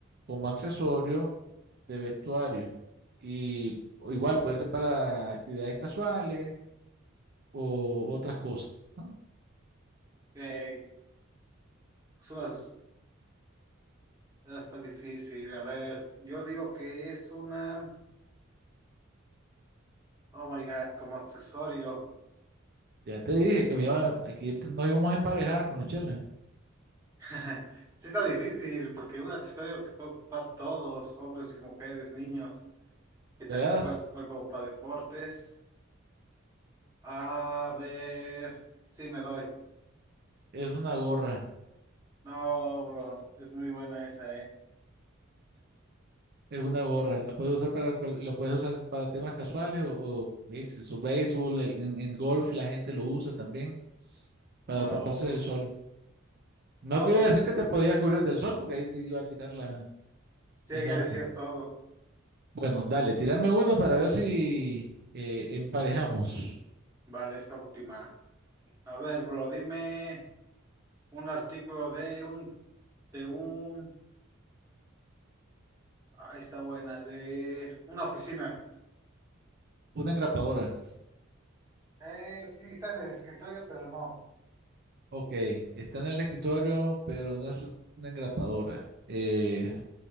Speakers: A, on the right (about 50°); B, on the right (about 15°).
A: como accesorio de vestuario. Y o igual puede ser para actividades casuales o otras cosas, ¿no?
B: Eh, es una está difícil. A ver, yo digo que es una. Oh my God, como accesorio.
A: Ya te dije que me iba, aquí te- nos íbamos a emparejar con la chela.
B: <laughs> Sí está difícil, porque un accesorio que puede ocupar todos, hombres y mujeres, niños, que también
A: Te das,
B: se puede ocupar como para deportes. A ver, sí me doy.
A: es una gorra.
B: No, bro, es muy buena esa, ¿eh?
A: Es una gorra, la puedes usar para, cual- la puedes usar para temas casuales o, o, eh, si es béisbol, el- en, en golf la gente lo usa también para
B: No,
A: taparse
B: bro.
A: del sol. No
B: No,
A: te
B: pues,
A: iba a decir que te podías cubrir del sol porque ahí te iba a tirar la,
B: sí,
A: el
B: ya
A: norte.
B: decías todo.
A: Bueno, dale, tírame una para ver si eh, emparejamos.
B: Vale, esta última. A ver, bro, dime un artículo de un, de un, ah, ahí está buena, de una oficina.
A: Una engrapadora.
B: Eh, sí, está en el escritorio, pero no.
A: Ok, está en el escritorio, pero no es una engrapadora. Eh,